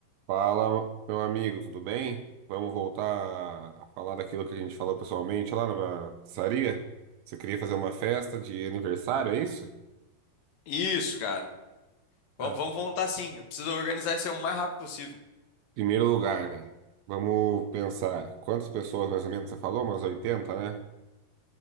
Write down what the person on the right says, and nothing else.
Fala, meu amigo, tudo bem? Vamos voltar a falar daquilo que a gente falou pessoalmente lá na pizzaria? Você queria fazer uma festa de aniversário, é isso?
É,
Primeiro lugar, velho. Vamos pensar. Quantas pessoas mais ou menos você falou? Umas 80, né?